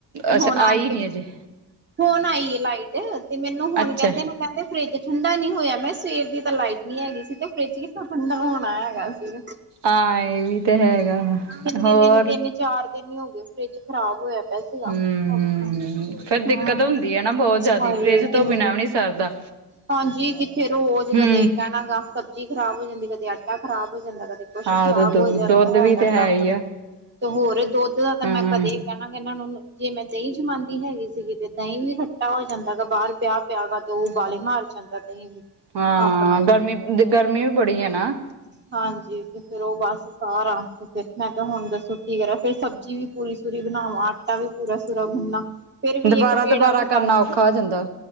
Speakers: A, on the right (about 25°); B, on the right (about 75°).
A: ਤੇ
B: ਅੱਛਾ
A: ਹੁਣ ਆਣ
B: ਆਈ
A: ਕੇ
B: ਨੀ ਅਜੇ
A: ਹੁਣ ਆਈ ਏ ਲਾਈਟ ਤੇ ਮੈਨੂੰ ਹੁਣ
B: ਅੱਛਾ
A: ਉਹ ਕਹਿੰਦੇ ਫਰਿੱਜ ਠੰਢਾ ਨਹੀਂ ਹੋਇਆ, ਮੈਂ ਸਵੇਰ ਦੀ ਤਾਂ ਲਾਈਟ ਨੀ ਹੈਗੀ ਸੀ ਤੇ ਫਰਿੱਜ ਕਿਥੋਂ ਠੰਢਾ ਹੋਣਾ ਹੈਗਾ ਸੀਗਾ।
B: ਆਹ, ਇਹ ਵੀ ਤੇ ਹੈਗਾ।
A: ਕਿੰਨੇ
B: ਹੋਰ
A: ਦਿਨ, ਤਿੰਨ-ਚਾਰ ਦਿਨ ਹੀ ਹੋ ਗਏ, ਫਰਿੱਜ ਖ਼ਰਾਬ ਹੋਇਆ ਪਿਆ ਸੀਗਾ,
B: ਹੂੰ
A: ਆਪਣਾ।
B: ਫੇਰ ਦਿੱਕਤ
A: ਹਾਂ,
B: ਹੁੰਦੀ ਹੈ ਨਾ ਬਹੁਤ ਜ਼ਿਆਦਾ
A: ਹਾਏ,
B: ਫਰਿਜ ਤੋਂ
A: ਕਿੰਨੇ
B: ਬਿਨਾਂ
A: ਦਿਨ
B: ਵੀ ਨੀ ਸਰਦਾ।
A: ਹਾਂਜੀ, ਕਿੱਥੇ ਰੋਜ਼
B: ਹੂੰ
A: ਕਦੇ ਕਹਿਣਾ ਗਾ, ਸਬਜ਼ੀ ਖਰਾਬ ਹੋ ਜਾਂਦੀ, ਕਦੇ ਆਟਾ ਖ਼ਰਾਬ ਹੋ ਜਾਂਦਾ, ਕਦੇ ਕੁਝ
B: ਆਹ
A: ਖਰਾਬ
B: ਤੇ ਦੁ
A: ਹੋ ਜਾਂਦਾ
B: ਦੁੱਧ
A: ਹੈਗਾ।
B: ਵੀ ਤੇ ਹੈ
A: ਆਪਣਾ
B: ਹੀ ਆ
A: ਤੇ ਹੋਰ ਦੁੱਧ ਦਾ ਤਾਂ
B: ਹਾਂ।
A: ਮੈਂ ਕਦੇ ਕਹਿਣਾ ਕਿ ਇਹਨਾਂ ਨੂੰ, ਜੇ ਮੈਂ ਦਹੀਂ ਜਮਾਂਦੀ ਹੈਗੀ ਸੀਗੀ ਤੇ ਦਹੀਂ ਵੀ ਖੱਟਾ ਹੋ ਜਾਂਦਾ ਹੈਗਾ ਬਾਹਰ ਪਿਆ। ਪਿਆ ਹੈਗਾ ਤੇ ਉਬਾਲੇ ਮਾਰ ਜਾਂਦਾ ਦਹੀਂ ਵੀ।
B: ਹਾਂ,
A: ਆਪਣਾ
B: ਗਰਮੀ-ਗਰਮੀ ਵੀ ਬੜੀ ਹੈਨਾ।
A: ਹਾਂਜੀ, ਤੇ ਫਿਰ ਉਹ ਬੱਸ ਸਾਰਾ ਤੇ ਮੈਂ ਕਿਹਾ ਹੁਣ ਦੱਸੋ ਕੀ ਕਰਾਂ? ਫੇਰ ਸਬਜ਼ੀ ਵੀ ਪੂਰੀ-ਸੂਰੀ ਬਣਾਵਾਂ, ਆਟਾ ਵੀ ਪੂਰਾ-ਸੂਰਾ ਗੁਣਨਾ। ਫਿਰ ਵੀ
B: ਦੁਬਾਰਾ-ਦੁਬਾਰਾ
A: ਇੱਕ ਪੇੜਾ ਵੀ
B: ਕਰਨਾ
A: ਬੱਚ
B: ਔਖਾ ਹੋ ਜਾਂਦਾ